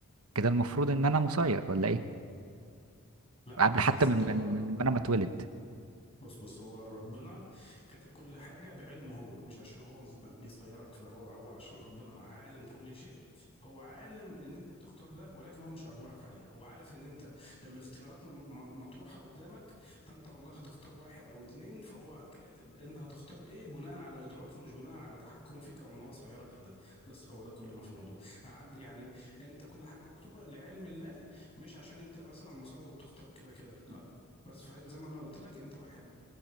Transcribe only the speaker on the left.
لا
لا مش
بالظبط
هو
بص بص هو ربنا كاتب كل حاجة بعلمه هو مش عشان هو بيصيرك في ده هو هو عشان ربنا عالم كل شيء هو عالم ان انت هتختار ده ولكن هو مش اجبرك عليه هو عارف ان انت الاختيارات م- م- مطروحة قدامك فانت والله هتختار واحد او اتنين فهو كاتب انت هتختار ايه بناء على ادراكه مش بناء على تحكمه فيك او ان هو صيرك لده بس هو ده كل ما في الموضوع عن- يعني انت كل حاجة مكتوبة لعلم الله مش عشان انت مثلا مصير وبتختار كده كده لا بس فاهم زي ما انا قلت لك انت واحد